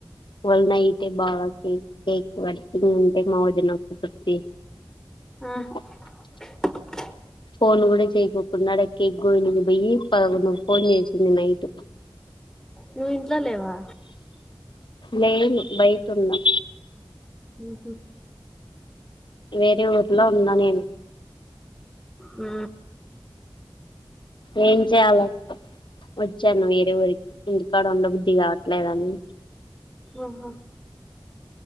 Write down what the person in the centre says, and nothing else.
ఆ
<unintelligible>
నువ్వింట్ల లేవా
మ్ హు
మ్
ఓహో